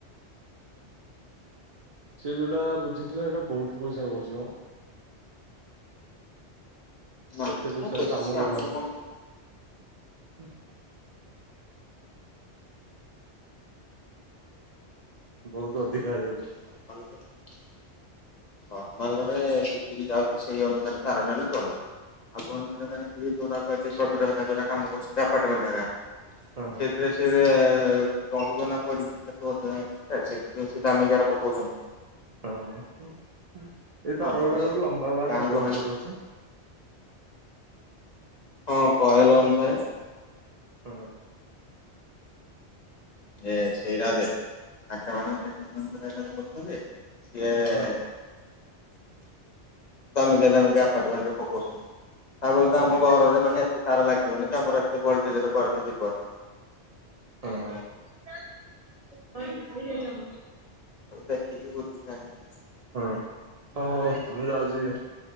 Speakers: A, on the right (about 50°); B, on the left (about 50°).
A: ସେ ଯୋଉଟା ବୁଝିଥିଲା ସେଇଟା ବହୁତ୍ ପଇସା କହୁଛି ମ।
B: ନା
A: ଏତେ ପଇସାରେ
B: ମ ବେଶୀ
A: କାମ କରିହଉନି।
B: ଆମର କଣ ବେଶୀ
A: <unintelligible> ବହୁତ୍ ଅଧିକା ହେଇଯାଉଛି।
B: <unintelligible> ନର୍ମାଲ ରେ ଦେଖିକି ଯାଉଛି ସେଇ ଅନୁସାରେ ତାରଟା <unintelligible> ଚଳିବ। ଆଉ <unintelligible> ଯୋରାକ କାମ କରୁଛନ୍ତି ଆପାର୍ଟମେଣ୍ଟ୍ ହେଇକା
A: ହଁ
B: ସେଇଥିରେ ସିଏ ରହିବ ନା ପଡିି <unintelligible> ଅଛି ଦାମିକିଆର ପକଉଛନ୍ତି‌।
A: ହଁ। ଏଇ ତାର
B: ଆମର
A: ଗୁଡ଼ାକ
B: ଏଇ
A: ର ଲମ୍ବା ବା
B: ଗାଁ
A: ନବେ
B: ଗହଳି
A: ମିଟର ରହୁଛି।
B: ହଁ କଏଲ ଅନୁସାରେ।
A: ହଁ।
B: ଏ ସେରା <unintelligible> ସେ ଦାମିକିଆ ଦାମିକିଆ
A: ହଁ
B: ଆପାର୍ଟମେଣ୍ଟ୍ ରେ ପକଉଚନ୍ତି। ତା ବୋଲି ତ
A: ହଁ
B: ଆମ ଘରରେ
A: ହଁ
B: ମାନେ ଏତେ ତାର ଲାଗିବନି କି ଆମର ଏତେ ଭୋଲ୍ଟେଜ୍ ରେ କରେଣ୍ଟ ଯିବନି।
A: ହଁ <inaudible>
B: ଆଉ ଦେଖିକି ବୁଝିପାରୁନି।
A: ହଁ ହଉ ହଉ ମୁଁ ଯାଉଛି